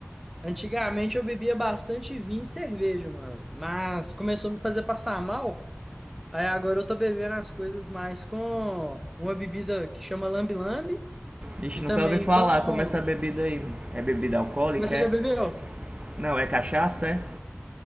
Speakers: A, in the centre; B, on the right (about 30°).
A: Antigamente eu bebia bastante vinho e cerveja, mano. Mas começou a me fazer passar mal. Aí agora eu tô bebendo as coisas mais com uma bebida que chama lambe-lambe
B: Ixi,
A: e também
B: nunca ouvi falar
A: com
B: como é essa bebida aí. É bebida alcoólica,
A: Mas você
B: é?
A: já bebeu?
B: Não, é cachaça, é?